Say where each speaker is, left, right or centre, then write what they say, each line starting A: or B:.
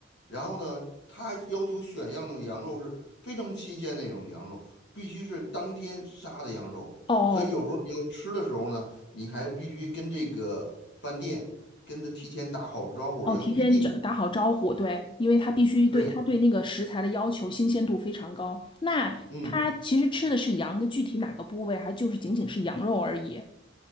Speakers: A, on the left; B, on the left.
A: 然后呢，它要求选样的羊肉是非常新鲜的那种羊肉，必须是当天杀的羊肉。
B: 哦
A: 所以有时候你要吃的时候呢，你还必须跟这个饭店跟他提前打好招呼，
B: 哦，
A: 要预定。
B: 提前找打好招呼，对，因为他必须对他对那个食材的要求新鲜度非常高。
A: 对，
B: 那他其实吃的是羊的具体哪个部位，
A: 嗯。
B: 还就是仅仅是羊肉而已。